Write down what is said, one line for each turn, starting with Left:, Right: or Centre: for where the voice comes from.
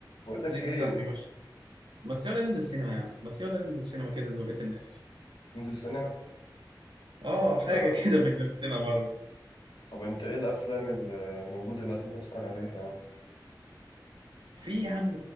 Left: بقول لك
Right: زيك
Left: ايه
Right: يا صاحبي ماشي ما يلا ننزل سينما يا عم ما يلا ننزل سينما كده زي بقية الناس
Left: ننزل سينما
Right: اه
Left: طب
Right: حاجة <laughs> كده من نفسنا مرة
Left: طب انت ايه الافلام اللي موجوده دلوقتي ممكن اتفرج عليها يعني
Right: في يا عم